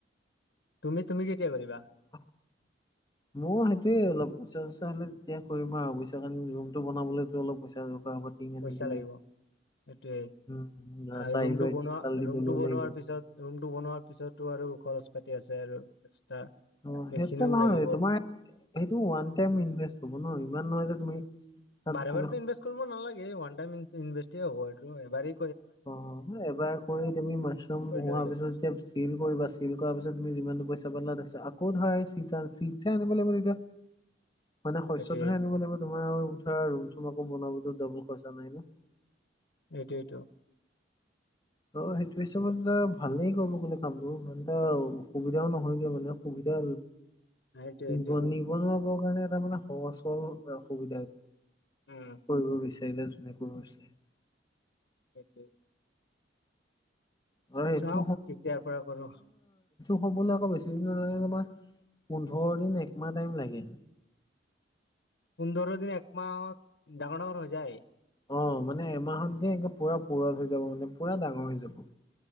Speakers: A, on the left (about 65°); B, on the left (about 20°).
A: তুমি, তুমি কেতিয়া কৰিবা?
B: <inaudible> মইয়ো সেইটোৱে অলপ, পইচা-চইচা হ'লে, তেতিয়া কৰিম আৰু। অৱশ্যে কাৰণ, ৰুমটো বনাবলেতো অলপ পইচা দৰকাৰ হ'ব। টিং আনিবলৈ
A: পইচা লাগিব। সেইটোৱেই!
B: উম
A: আৰু
B: চাৰিবাৰ
A: ৰুমটো বনোৱা,
B: টিংপাল দিবলৈও
A: ৰুমটো বনোৱাৰ
B: লাগিব
A: পিছত ৰুমটো বনোৱাৰ পিছতো আৰু খৰচ-পাতি আছে আৰু এক্সট্ৰা।
B: অ'!
A: সেইখিনিও
B: সেইটো নহয়।
A: লাগিব
B: তোমাৰ, সেইটো ওৱান টাইম ইনভেষ্ট ন'। ইমান নহয় যে, তুমি তাত
A: বাৰে-বাৰেতো
B: তুমি
A: ইনভেষ্ট কৰিব নালাগে। ওৱান টাইম ইনভেষ্ট হ'ব, এইটো এবাৰে।
B: অ'! এবাৰ কৰি তুমি, মাচৰুম
A: কৰিলে
B: হোৱাৰ
A: হৈ যাব
B: পিছত যেতিয়া, চিল কৰিবা, চিল কৰাৰ পিছত, তুমি যিমানটো পইচা পালা, তাৰপিছত, আকৌ ধৰা, <unintelligible> চিডছে আনিব লাগিব, তেতিয়া। <inaudible> মানে, শস্যটোহে
A: সেইটোৱে
B: আনিব লাগিব। তোমাৰ আৰু ধৰা, ৰুম-চুম আকৌ, বনোৱা পিছত, ডাবল খৰচা নাই ন'।
A: এইটো-এইটো।
B: অ'! সেইটো হিচাপত মানে, ভালেই ক'ব গ'লে, কামটো। ইমান এটা অসুবিধাও নহয়গে মানে। সুবিধা
A: সেইটোৱেইটো
B: নিব, নিবনুৱাবোৰৰ কাৰণে, এটা মানে, সহজ- সৰল অসুবিধা এইটো।
A: উম
B: কৰিব বিচাৰিলে, যোনে কৰিব বিচাৰে।
A: সেইটোৱে।
B: <unintelligible> এইটো
A: চাওঁ কেতিয়াৰ পৰা কৰো
B: হ'বলে আকৌ, বেছি দিন নালাগে তোমাৰ, পোন্ধৰ দিন, একমাহ টাইম লাগে।
A: পোন্ধৰ দিন, একমাহত ডাঙৰ-ডাঙৰ হৈ যায়?
B: অ'! মানে, এমাহত দিয়ে, একে পূৰা পূৰঠ হৈ যাব। মানে, পূৰা ডাঙৰ হৈ যাব।